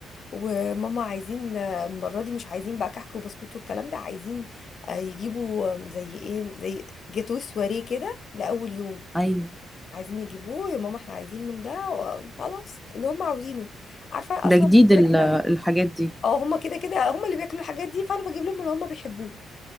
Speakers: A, on the left; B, in the centre.
A: وماما عايزين آه، المرة دي مش عايزين بقى كحك وبسكوت والكلام ده عايزين آه، يجيبوا آم، زي ايه زي جاتوه سواريه كده لأول يوم
B: ايوه
A: عايزين يجيبوه يا ماما احنا عايزين من ده وخلاص اللي هم عاوزينه عارفة
B: ده
A: اصلا
B: جديد
A: كده
B: ال...
A: كده
B: الحاجات دي
A: اه هم كده كده هم اللي بياكلوا الحاجات دي فانا بجيب لهم اللي هم بيحبوه